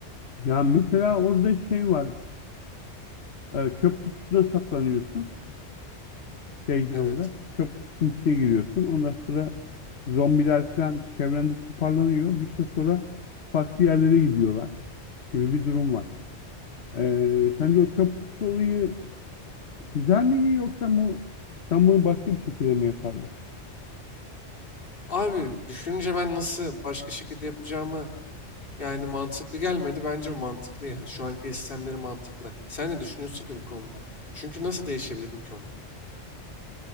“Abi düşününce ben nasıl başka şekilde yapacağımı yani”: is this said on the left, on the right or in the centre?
Left